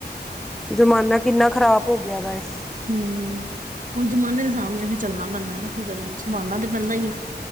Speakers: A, in the centre; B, on the right (about 50°).
A: ਜਮਾਨਾ ਕਿੰਨਾ ਖ਼ਰਾਬ ਹੋ ਗਿਆ ਦਾ ਏ।
B: ਹੂੰ, ਹੁਣ ਜਮਾਨੇ ਦੇ ਹਿਸਾਬ ਨਾਲ ਵੀ ਚੱਲਨਾ ਪੈਂਦਾ ਐ ਨਾ, ਕੀ ਕਰੀਏ ਹੁਣ ਸੰਭਾਲਨਾ ਤੇ ਪੈਂਦਾ ਈ ਏ।